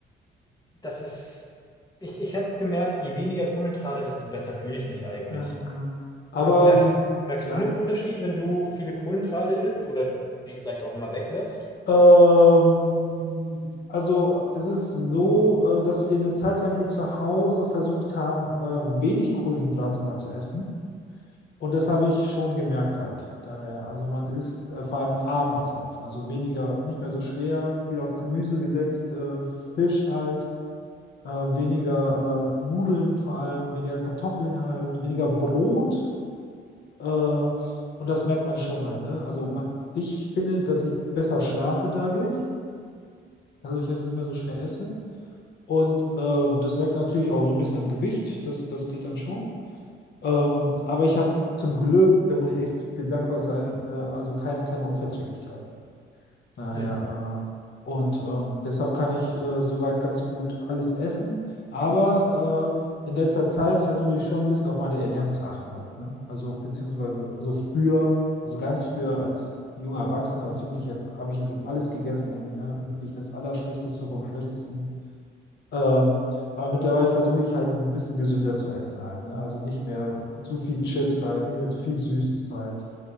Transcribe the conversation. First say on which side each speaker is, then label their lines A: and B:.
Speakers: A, on the left; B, on the left.
A: Das ist, ich, ich habe gemerkt, je weniger Kohlenhydrate, desto besser fühle ich mich eigentlich.
B: ja, ja. Aber
A: Mer- Merkst,
B: ähm,
A: merkst
B: ja.
A: du einen Unterschied, wenn du viele Kohlenhydrate isst oder die vielleicht auch mal weglässt?
B: Ähm, also es ist so, äh, dass wir eine Zeit lang hier zu Hause versucht haben, äh, wenig Kohlenhydrate mal zu essen. Und das habe ich schon gemerkt halt. Daher, also man isst äh, vor allem abends halt. Also weniger, nicht mehr so schwer, viel auf Gemüse gesetzt, äh, Fisch halt, äh, weniger äh, Nudeln vor allem, weniger Kartoffeln halt, weniger Brot. Äh, und das merkt man schon halt, ne? Also man, ich finde, dass ich besser schlafe dadurch, dadurch, dass ich nicht mehr so schwer esse. Und äh, das merkt man natürlich auch so ein bisschen am Gewicht. Das, das geht dann schon. Ähm, aber ich habe zum Glück, da muss ich echt für dankbar sein, äh, also kein, keine Unverträglichkeiten. Daher,
A: Hm.
B: äh, und ähm, deshalb kann ich äh, soweit ganz gut alles essen. Aber äh, in letzter Zeit versuche ich schon ein bisschen auf meine Ernährung zu achten halt, ne? Also beziehungsweise so früher, also ganz früher als junger Erwachsener, als Jugendlicher habe ich natürlich alles gegessen, irgendwie, ne? Wirklich das Allerschlechteste vom Schlechtesten. Ähm, aber mittlerweile versuche ich halt ein bisschen gesünder zu essen halt, ne? Also nicht mehr zu viel Chips halt, nicht mehr zu viel Süßes halt,